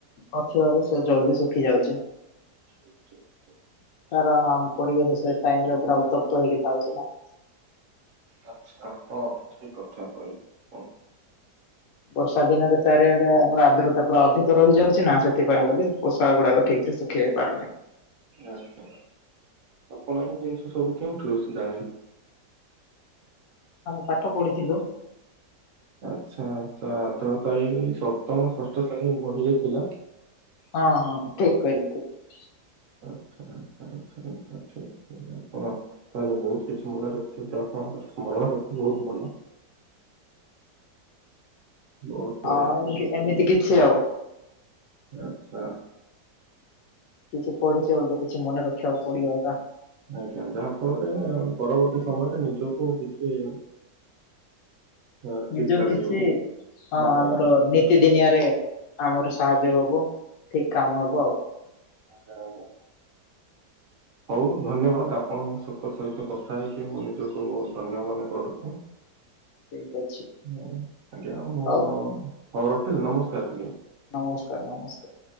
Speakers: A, on the left; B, on the right.
A: ନଥିବାରୁ ସେ ଜଲ୍ଦି ଶୁଖି ଯାଉଛି।
B: <inaudible>
A: କାରଣ ଆମ ପରିବେଶ ସେ ଟାଇମ ରେ ପୁରା ଉତ୍ତପ୍ତ ହେଇକି ଥାଉ ଛି ନା।
B: ଆଚ୍ଛା ହଁ। ଠିକ୍ କଥା କହିଲେ ହଁ।
A: ବର୍ଷା ଦିନରେ ଚାରିଆଡେ ଆମର ଆର୍ଦ୍ରତା ପୁରା ଅଧିକ ରହିଯାଉଛି ନା, ସେଥିପାଇଁ ବୋଲି ପୋଷାକ ଗୁଡା ଠିକ ସେ ପାରୁନାଇଁ।
B: ଆଚ୍ଛା, ଆପଣ ଏଇ ଜିନିଷ ସବୁ କେଉଠୁ ବେଶୀ ଜାଣିଲେ?
A: ଆମେ ପାଠ ପଢିଥିଲୁ।
B: ଆଚ୍ଛା ଆଚ୍ଛା ଆର୍ଦ୍ରତା ଏଇ ସପ୍ତମ ଷଷ୍ଠ ଶ୍ରେଣୀ ବହିରେ ଥିଲା।
A: ହଁ ହଁ ଠିକ କହିଲେ ଠିକ।
B: ଆଚ୍ଛା ଆଚ୍ଛା ଆଚ୍ଛା ଆଚ୍ଛା ଠିକ ଅଛି ଆଜ୍ଞା ଆପଣ ତାହେଲେ ବହୁତ କିଛି ମନେ ରଖିଛନ୍ତି ଆଉ। ଆପଣଙ୍କର ସ୍ମରଣ ଶକ୍ତି ବହୁତ ଭଲ। ବହୁତ ବଢିଆ।
A: ହଁ ଏମିତି ଏମିତି କିଛି ଆଉ।
B: ଆଚ୍ଛା।
A: କିଛି ପଢିଛେ ବୋଲି ତ କିଛି ମନେ ରଖିବାକୁ ପଡିବ ନା।
B: ଆଜ୍ଞା ଯାହା ଫଳରେ, ପରବର୍ତ୍ତୀ ସମୟରେ ନିଜକୁ କିଛି ଅ, ଠିକ
A: ନିଜକୁ
B: ଲାଗିବ
A: କିଛି ହଁ
B: ମାନେ
A: ଆମର ନିତି ଦିନିଆରେ ଆମର ସାହାଯ୍ୟ ହବ ଠିକ କାମ ହବ ଆଉ।
B: ଆଛା ଆଛା ହଉ ଧନ୍ୟବାଦ, ଆପଣଙ୍କ ସହିତ କଥା ହେଇକି ମୁଁ ନିଜକୁ ବହୁତ ଧନ୍ୟ ମନେ କରୁଛି।
A: ଠିକ ଅଛି
B: ହଉ। ଆଜ୍ଞା ମୁଁ
A: ହଉ
B: ହଉ ରଖିଲି ନମସ୍କାର ଆଜ୍ଞା।
A: ନମସ୍କାର ନମସ୍କାର।